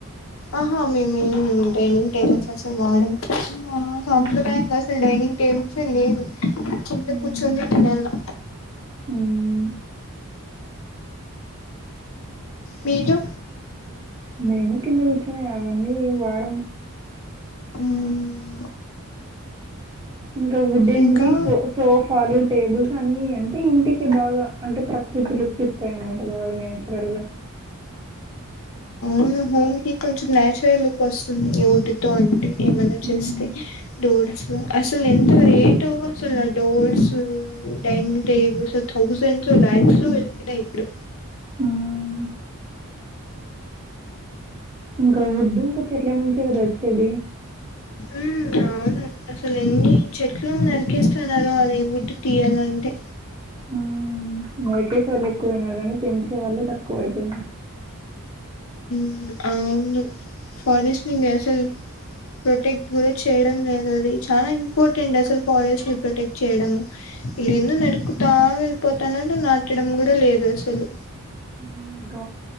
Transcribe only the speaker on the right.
మ్మ్
మ్మ్
మ్మ్
మేము కింద కూర్చోనే అవన్నీ వాడము
ఇంకా వుడ్డెన్వి
సో సోఫాలు టేబుల్స్ అన్ని అంటే ఇంటికి బాగా అంటే ప్రకృతి లుక్కిిస్తాయి అన్నమాట బాగా నేచురల్ గా
మ్మ్
మ్ ఇంకా వుడ్ ఇంకా చెట్ల నుంచే కదా వచ్చేది
మ్ నరికేష్ వాళ్ళు ఎక్కువైన కానీ పెంచే వాళ్ళు తక్కువైపోయినారు
మ్ గ